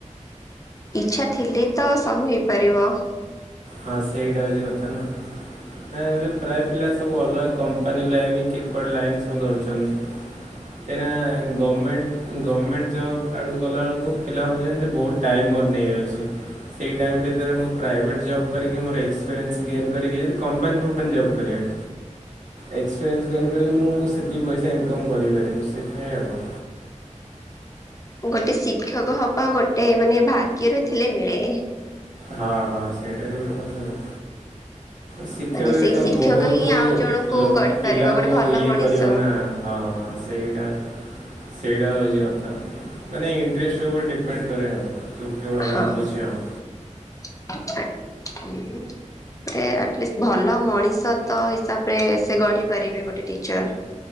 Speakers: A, on the left; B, on the right.
A: ଇଚ୍ଛା ଥିଲେ ତ ସବୁ ହେଇପାରିବ।
B: ହଁ, ସେଇଟା ହଉଛି କଥା ନା। ନା, ଏବେ ପ୍ରାୟ ପିଲା ସବୁ ଅଲଗା କମ୍ପାନୀ ଲାଇନ କି କିଏ କୋଉ ଲାଇନ୍ ସବୁ ଧରିଛନ୍ତି। କାହିଁକିନା ଗଭର୍ଣ୍ଣମେଣ୍ଟ, ଗଭର୍ଣ୍ଣମେଣ୍ଟ୍ ଜବ୍ ଆଡ଼କୁ ଗଲାବେେଳକୁ ପିଲା ଭାବୁଛନ୍ତି ଯେ ବହୁତ ଟାଇମ୍ ମୋର ନେଇଯାଉଛି, ସେଇ ଟାଇମ୍ ସେଥିରେ ମୁଁ ପ୍ରାଇଭେଟ୍ ଜବ୍ କରିକି ମୋର ଏକ୍ସପିରିଏନ୍ସ ଗେନ୍ କରିକି ଯଦି କମ୍ପାନୀ ଫମ୍ପାନୀ ଜବ୍ କରିବା। ଏକ୍ସପିରିଏନ୍ସ ଗେନ୍ କରି ମୁଁ ସେତିକ ପଇସା ଇନକମ୍ କରିପାରିବି ସେଥିପାଇଁ
A: ଗୋଟେ ଶିକ୍ଷକ ହବା ଗୋଟେ ମାନେ ଭାଗ୍ୟର ଥିଲେ ମିଳେ।
B: ହଁ, ହଁ ସେଇଟା ବି ଗୋଟେ କଥା। ଶିକ୍ଷାକ
A: ମାନେ ସେଇ
B: ତମେ
A: ଶିକ୍ଷକ
B: ବହୁତ
A: ହିଁ ଆଉ ଜଣଙ୍କୁ
B: ଲ
A: ଗଢି
B: ପିଲାଙ୍କୁ
A: ପାରିବ ଗୋଟେ ଭଲ
B: ଇଏ
A: ମଣିଷ।
B: କରିବ ନା। ହଁ ହଁ ସେଇଟା ସେଇଟା ହେଉଛି କଥା ମାନେ ଇଣ୍ଟରେଷ୍ଟ ଉପରେ ଡିପେଣ୍ଡ କରେ ଆଉ କେଉଁଡ଼ା
A: ହଁ
B: ଭାବୁଛି ଆଉ।
A: <unintelligible> ଗୋଟେ ଆଟଲିଷ୍ଟି ଭଲ ମଣିଷ ତ ହିସାବରେ ସେ ଗଢି ପାରିବେ ଗୋଟେ ଟିଚର